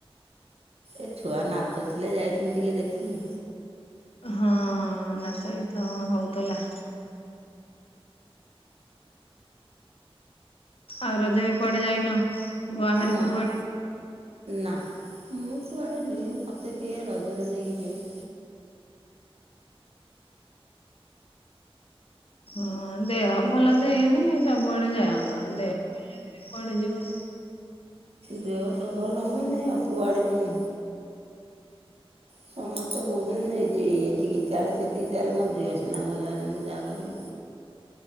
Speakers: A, on the right; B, on the left.
A: ଏ ଛୁଆ ନାଚୁଥିଲେ <unintelligible> ଟିକେ ଦେଖି।
B: ହଁ ନାଚ ଗୀତ ହଉଥିଲା। ଆଉ ରଜରେ କୁଆଡେ ଯାଇନ? ବାହାରକୁ
A: ନାଁ
B: କୁଆଡେ
A: ନା ମୁଁ କୁଆଡ଼େ ଯିବି ମୋତେ କିଏ ରଜରେ ନେଇକି ଯିବ।
B: ହଁ ଦେହ ଭଲ ତ ହେଇନି ସବୁଆଡେ ଯାଅନ୍ତ। ହଁ ଦେହ <inaudible> କୁଆଡେ ଯିବ।
A: ଦେହ ତ ଭଲ ହଉନି ଆଉ କୁଆଡେ ଯିନି। ସମସ୍ତେ କହୁଚନ୍ତି ଯେ ଏ ଏଠିକି ଚାଲେ ସେଠିକି ଚାଲେ ମୋ ଦେହ ସିନା ଭଲ ହେନେ ମୁଁ ଯାହା କରିବି।